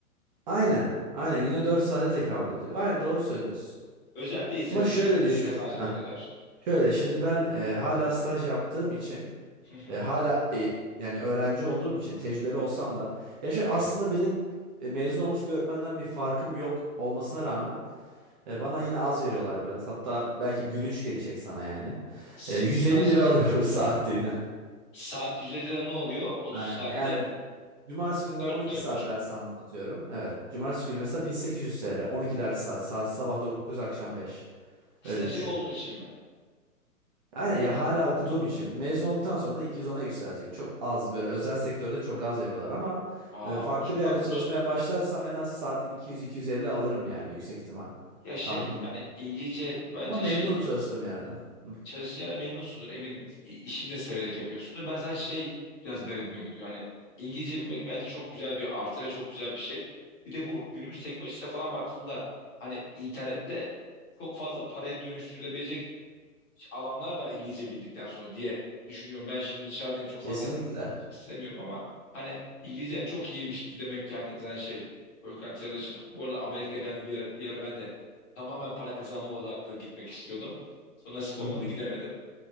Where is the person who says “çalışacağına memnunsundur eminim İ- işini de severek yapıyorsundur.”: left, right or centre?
Left